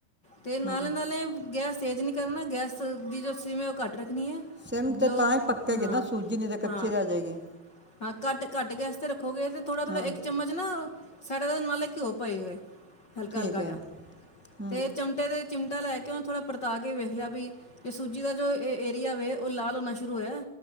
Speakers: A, on the left (about 35°); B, in the centre.
A: ਤੇ ਨਾਲੇ
B: ਹੂੰ
A: ਨਾਲੇ ਗੈਸ ਤੇਜ਼ ਨਹੀਂ ਕਰਨਾ ਗੈਸ ਦੀ ਜੋ ਸੀਮ ਹੈ ਉਹ ਘੱਟ ਰੱਖਣੀ ਹੈ
B: ਸਿਮ ਤੇ
A: ਲੋਕ
B: ਤਾਂ ਹੀ ਪੱਕੇਗੀ
A: ਹਾਂ
B: ਨਾ ਸੂਜੀ ਨੇ ਤੇ
A: ਹਾਂ
B: ਕੱਚੇ ਰਹਿ ਜਾਏਗੀ।
A: ਹਾਂ ਘੱਟ ਘੱਟ ਕੇਸਤੇ ਰੱਖ ਖੋਗੇ ਅਤੇ ਥੜ੍ਹਾ ਥੋ੍ਹਾ
B: ਹਾਂ
A: ਇੱਕ ਚਮਚ ਨਾ ਸਾਡੇ ਤਾਂ ਨਾਲਤਬ ਘਿਓ ਪਾਈ ਗਏ। ਹਲਕਾ
B: ਠੀਕ
A: ਹਲਕਾ
B: ਹੈ
A: ਜਿਹਾ
B: ਹੂੰ
A: ਤੇ ਚਮਟੇ ਦੇ ਚਿਮਟਾ ਲੈ ਕੇ ਉਹਨੇ ਥੋੜਾ ਪਰਤਾ ਕੇ ਵੇਖ ਲਿਆ ਵੀ ਜੇ ਸੂਜੀ ਦਾ ਜੋ ਇਹ ਏਰੀਆ ਵੇ ਉਹ ਲਾਹ ਲ ਹੋਉਣਾ ਸ਼ੁਰੂ ਹੋਇਆ।